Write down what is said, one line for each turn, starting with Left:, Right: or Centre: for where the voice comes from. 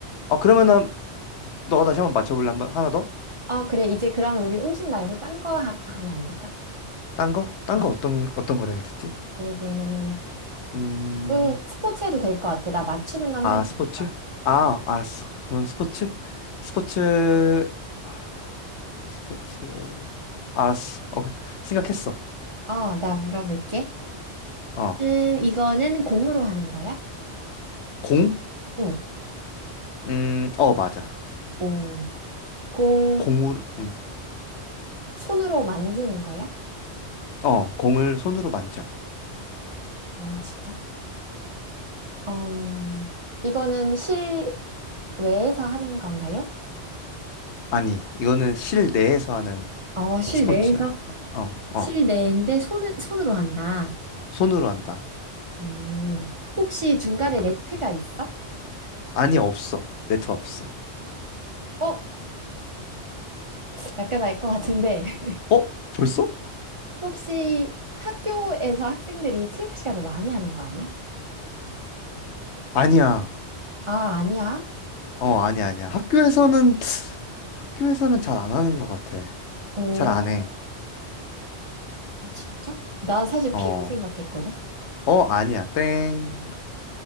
Left: 아, 그러면은, 너가 다시 한번 맞춰볼래? 한번, 하나 더?
Right: 어, 그래. 이제 그러면 우리 음식 말고 딴 거 하면 안 될까?
Left: 딴 거? 딴
Right: 어.
Left: 거 어떤, 어떤 거를 해야 되지?
Right: 예를 들면은,
Left: 음.
Right: 음, 스포츠 해도 될 것 같아. 나 맞추는 건
Left: 아,
Right: 할 수
Left: 스포츠?
Right: 있을 것 같아.
Left: 아, 알았어. 그러면 스포츠? 스포츠, 아, 스포츠. 알았어. 오케이. 생각했어.
Right: 어, 나 물어볼게.
Left: 어.
Right: 음, 이거는 공으로 하는 거야?
Left: 공?
Right: 응.
Left: 음, 어, 맞아.
Right: 오. 공을
Left: 공을, 음,
Right: 손으로 만지는 거야?
Left: 어, 공을 손으로 만져.
Right: 어, 진짜? 음, 이거는 실외에서 하는 건가요?
Left: 아니, 이거는 실내에서 하는
Right: 어, 실내에서?
Left: 스포츠야. 어, 어.
Right: 실내인데 손은, 손으로 한다.
Left: 손으로 한다.
Right: 음, 혹시 중간에 레트가 있어?
Left: 아니, 없어. 네트 없어.
Right: 어, 약간 알 것 같은데. <laughs>
Left: 어? 벌써?
Right: 혹시 학교에서 학생들이 체육 시간에 많이 하는 거 아니야?
Left: 아니야.
Right: 아, 아니야?
Left: 어, 아니야, 아니야. 학교에서는, 학교에서는 잘 안 하는 것 같아.
Right: 오,
Left: 잘 안 해.
Right: 아, 진짜? 난 사실
Left: 어.
Right: 피구 생각했거든.
Left: 어, 아니야. 땡.